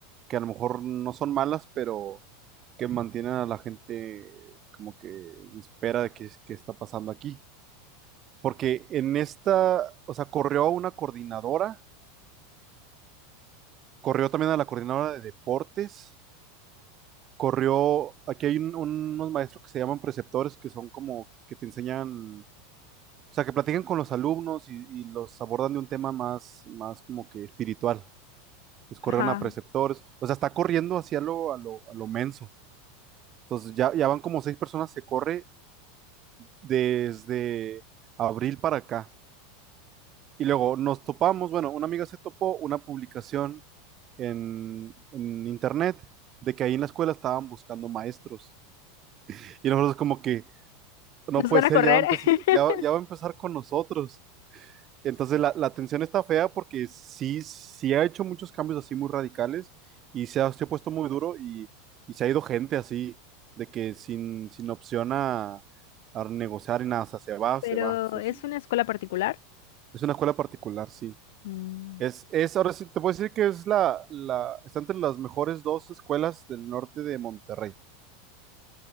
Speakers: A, on the right; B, on the left.
A: que a lo mejor no son malas, pero que mantienen a la gente como que en espera de qué, es- qué está pasando aquí. Porque en esta, o sea, corrió a una coordinadora, corrió también a la coordinadora de deportes, corrió, aquí hay un- unos maestros que se llaman preceptores, que son como que te enseñan, o sea, que platican con los alumnos y, y los abordan de un tema más, más como que espiritual. pues corrieron
B: Ajá,
A: a preceptores, o sea, está corriendo hacia lo, a lo, a lo menso. Entonces ya, ya van como seis personas, se corre desde abril para acá. Y luego nos topamos, bueno, una amiga se topó una publicación en, en internet de que ahí en la escuela estaban buscando maestros. Y nosotros como que, no
B: nos
A: puede
B: van
A: ser,
B: a correr,
A: ya va a, empe-
B: <laughs>
A: ya, ya va a empezar con nosotros. Entonces la, la tensión está fea porque sí, sí ha hecho muchos cambios así muy radicales y se ha, se ha puesto muy duro y, y se ha ido gente así, de que sin, sin opción a, a negociar y nada, o sea, se va,
B: pero
A: se va. O sea,
B: es
A: sí.
B: una escuela particular.
A: Es una escuela particular, sí.
B: Mm.
A: Es, es, ahora sí, te puedo decir que es la, la, está entre las mejores dos escuelas del norte de Monterrey.